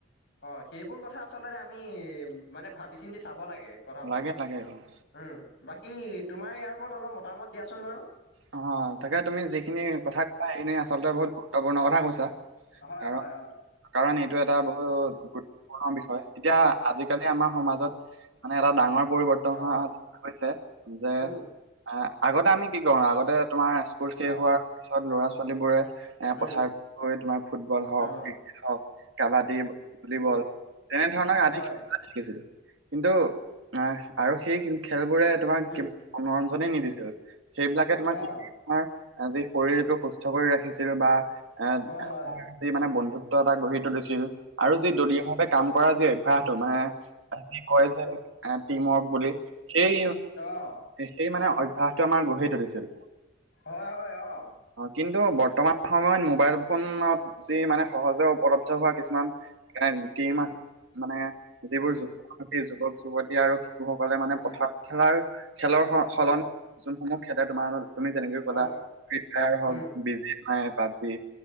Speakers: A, on the left; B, on the right.
A: অঁ, সেইবোৰ কথা আচলতে আমি মানে ভাবি, চিন্তি চাব লাগে। কথাবোৰ
B: লাগে, লাগে অঁ'।
A: উম বাকী তোমাৰ ইয়াৰ ওপৰত অলপ মতামত দিয়াচোন বাৰু।
B: অঁ তাকে তুমি যিখিনি কথা কোৱা সেইখিনি আচলতে বহুত গুৰুত্বপূৰ্ণ কথা কৈছা।
A: হয়
B: কাৰ
A: হয় অ
B: কাৰণ এইটো এটা বহুত গুৰুত্বপূৰ্ণ বিষয় এতিয়া আজিকালি আমাৰ সমাজত মানে এটা ডাঙৰ পৰিৱৰ্তন
A: অ
B: হোৱা হৈছে যে,
A: উম
B: এ, আগতে আমি কি কৰো আগতে তোমাৰ স্কুল শেষ
A: অ
B: হোৱাৰ পিছত ল'ৰা ছোৱালী বোৰে এ,
A: উম
B: পথাৰ বোৱে তোমাৰ ফুটবল হওক
A: অ
B: ক্ৰিকেট হওক কাবাডী ভলীবল,
A: উম
B: তেনে ধৰণৰ আদি
A: হয়
B: খেল কি ছিল কিন্তু আহ আৰু সেই খেলবোৰে তোমাক
A: উম
B: কিব মনোৰঞ্জনেই নিদিছিল সেইবিলাকে তোমাক
A: অ
B: কি মাৰ যি শৰীৰটো সুস্থ কৰি ৰাখিছিল বা এ
A: হয় হয়
B: যি মানে বন্ধুত্ব এটা গঢ়ি তুলিছিল আৰু যি
A: উম
B: দলীয় ভাৱে কাম কৰা যি অভ্যাসটো মানে কয় যে টিম ৱৰ্ক বুলি সেই
A: অ
B: সেই মানে অভ্যাসটো আমাৰ গঢ়ি তুলিছিল।
A: হয় হয়। অ
B: অঁ কিন্তু বৰ্তমান সময়ত মোবাইল ফোনত- যি মানে সহজে উপলব্ধ হোৱা কিছুমান এ গেম
A: উম
B: আছে মানে যিবোৰ
A: উম
B: যুৱ যুৱক যুৱতী আৰু শিশুসকলে মানে
A: উম
B: পথাৰ খেলাৰ, খেলৰ স,
A: হয়
B: সলনি যোনসমূহ খেলে তোমাৰ। তুমি যেনেকৈ ক'লা
A: অ
B: ফ্ৰী ফায় হওক,
A: উম
B: বিজিমাই, PUBG,